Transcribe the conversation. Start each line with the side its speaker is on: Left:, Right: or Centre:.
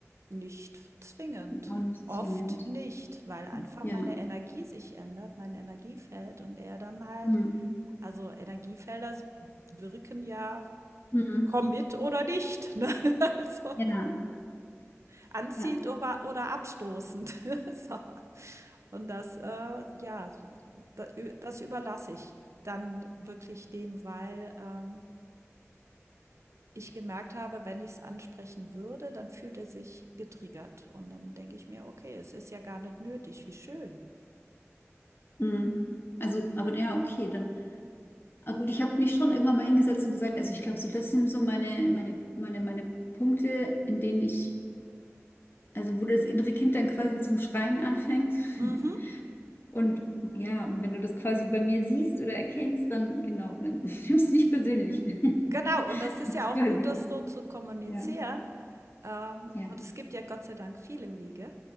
Right: Nicht zwingend.
Left: Auch nicht
Right: Oft
Left: zwingend.
Right: nicht, weil einfach
Left: Ja.
Right: meine Energie sich ändert, mein Energiefeld und er dann halt,
Left: Hm.
Right: also Energiefelder wirken ja
Left: Hm.
Right: komm mit oder nicht. Ne? <laughs> Also,
Left: Ja,
Right: anziehend
Left: ja.
Right: oder, oder abstoßend. <laughs> so. Und das, äh, ja, da- das überlasse ich dann wirklich dem, weil ähm, ich gemerkt habe, wenn ich es ansprechen würde, dann fühlt er sich getriggert. Und dann denke ich mir, okay, es ist ja gar nicht nötig, wie schön.
Left: Mhm. Also, aber ja, okay, dann. Ah, gut, ich habe mich schon irgendwann mal hingesetzt und gesagt, also ich glaube, so das sind so meine, meine, meine, meine Punkte, in denen ich, also wo das innere Kind dann quasi zum Schreien anfängt.
Right: Mhm.
Left: <laughs> Und ja, und wenn du das quasi bei mir siehst oder erkennst, dann genau, dann <laughs> nimmst du es nicht persönlich. <laughs>
Right: Genau, und das ist
Left: Ich
Right: ja auch
Left: quasi.
Right: gut, das so zu kommunizieren.
Left: Ja,
Right: Ähm,
Left: ja,
Right: und es gibt ja Gott sei Dank viele Wege.